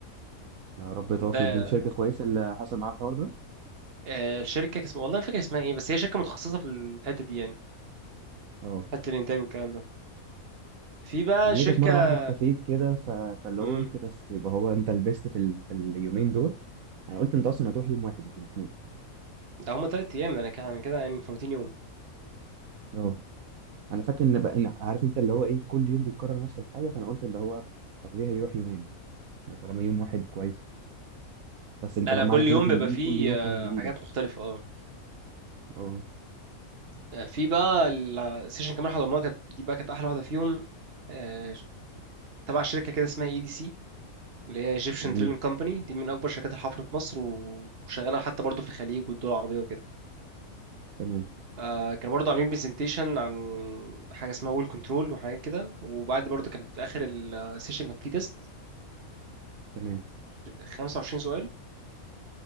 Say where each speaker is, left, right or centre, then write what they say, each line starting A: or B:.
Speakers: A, on the right; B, on the right.
A: يا رب تواصل
B: ده
A: دي شركة كويسة اللي حصل معاها الحوار ده
B: آه الشركه كان اسمها والله ما فاكر اسمها ايه بس هي شركه متخصصه في الحته دي يعني
A: اه
B: حته الانتاج والكلام ده في بقى
A: انا لقيتك
B: شركه
A: مرة واحدة اختفيت كده ف... فاللي
B: امم
A: هو قلت بس يبقى هو انت لبست في, ال... في اليومين دول انا قلت انت اصلا هتروح يوم واحد مش الاثنين
B: ده هما تلات ايام ده انا كده أنا كده يعني مفوتين يوم
A: اه انا فاكر ان بقى إن عارف انت اللي هو ايه كل يوم بيتكرر نفس الحاجة فانا قلت اللي هو طب ليه هيروح يومين؟ ما طالما يوم واحد كويس بس انت
B: لا لا
A: معنى
B: كل
A: كلامك
B: يوم بيبقى
A: ان بيجي
B: فيه
A: كل يوم
B: آه،
A: حاجة جديدة
B: حاجات مختلفة اه
A: اه
B: آه، في بقى السيشن كمان حضرناها كانت دي بقى كانت أحلى واحدة فيهم آه، تبع شركة كده اسمها اي دي سي اللي هي ايجيبشن
A: جميل
B: دريلينج كومباني دي من أكبر شركات الحفر في مصر وشغالة حتى برضه في الخليج والدول العربية وكده
A: تمام
B: آه، كانوا برضه عاملين برزنتيشن عن حاجة اسمها وول كنترول وحاجات كده وبعد برضه كان في آخر السيشن كان فيه تيست
A: تمام
B: 25 سؤال